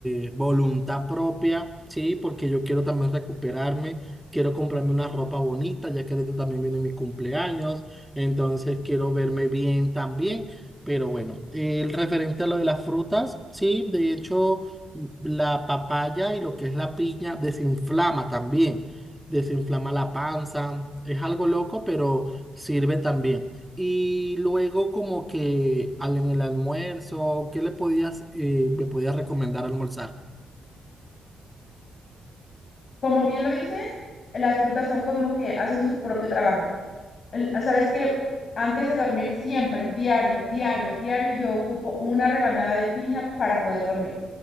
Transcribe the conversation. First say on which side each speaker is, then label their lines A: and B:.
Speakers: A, in the centre; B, on the left.
A: eh, voluntad propia, sí, porque yo quiero también recuperarme, quiero comprarme una ropa bonita, ya que ahorita también viene mi cumpleaños, entonces quiero verme bien también. Pero bueno, el referente a lo de las frutas, sí, de hecho mm, la papaya y lo que es la piña desinflama también desinflama la panza. Es algo loco, pero sirve también. Y luego como que al- en el almuerzo, ¿qué le podías, eh, me podías recomendar almorzar?
B: Como bien lo dices, las frutas son como que hacen su propio trabajo. el- Sabes que antes de dormir, siempre, diario, diario, diario, yo ocupo una rebanada de piña para poder dormir,